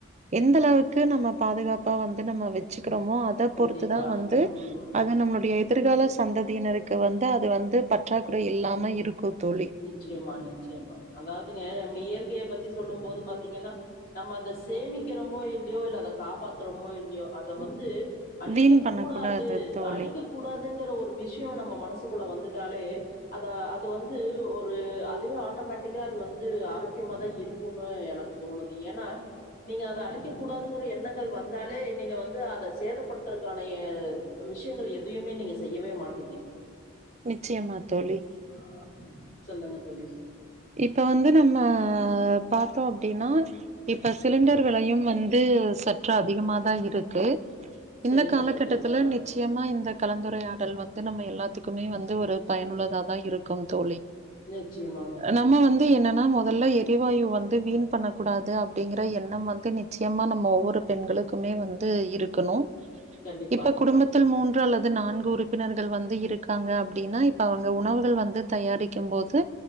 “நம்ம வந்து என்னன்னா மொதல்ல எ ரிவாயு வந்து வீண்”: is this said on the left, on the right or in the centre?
Right